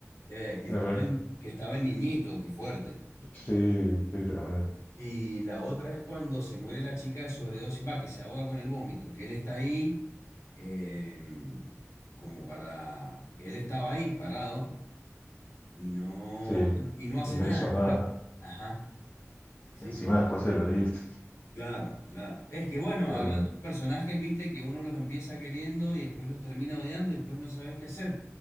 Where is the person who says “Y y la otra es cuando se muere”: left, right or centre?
Left